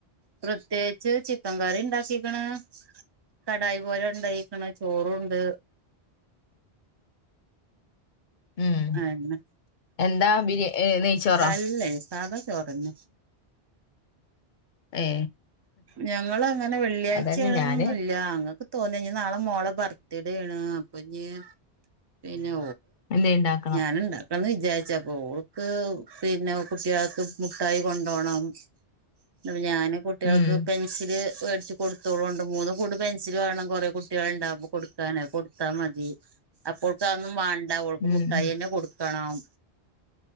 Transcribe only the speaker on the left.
ഉം
എന്താ ബിരി ഏ നെയ്ച്ചോറോ
ഏ
അതന്നെ
ഞാന്
എന്തേ ഉണ്ടാക്കണം
ഉം
ഉം